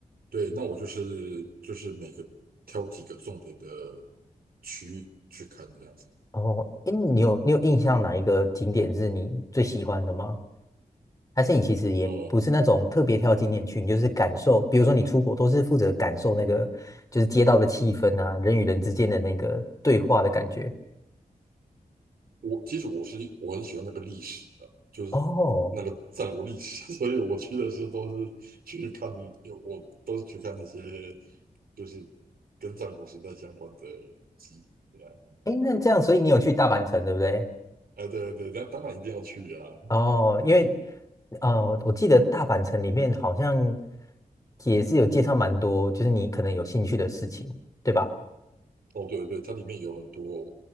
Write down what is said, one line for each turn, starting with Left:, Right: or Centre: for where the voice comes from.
Right: 对，那我就是就是每个挑几个重点的区域去看这样子。
Left: 哦，诶，你有你有印象哪一个景点是你最喜欢的吗？还是你其实也不是那种特别挑景点去，
Right: 呃，
Left: 你就是感受，比如说你出国都是负责感受那个就是街道的气氛啊，人与人之间的那个对话的感觉。
Right: 我其实我是我很喜欢那个历史的，就是那个战国历史，
Left: 哦，
Right: <laughs> 所以我去的时候都是去看，我都是去看那些就是跟战国时代相关的集。对啊，
Left: 哎，那这样，所以你有去大阪城，对不对？
Right: 啊对对，那当然一定要去啊。
Left: 哦，因为呃，我记得大阪城里面好像也是有介绍蛮多，就是你可能有兴趣的事情，对吧？
Right: 哦，对对，它里面有很多